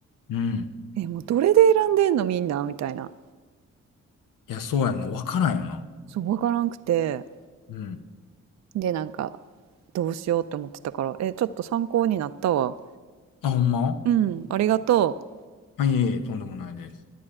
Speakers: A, on the left; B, on the right.
A: うん。
B: え、もうどれで選んでんのみんなみたいな。
A: いや、そうやんな。わからんよな。
B: そう、わからんくて。
A: うん。
B: で、なんか、どうしようって思ってたから、え、ちょっと参考になったわ。
A: あ、ほんま
B: うん、ありがとう。
A: あ、いえいえ、とんでもないです。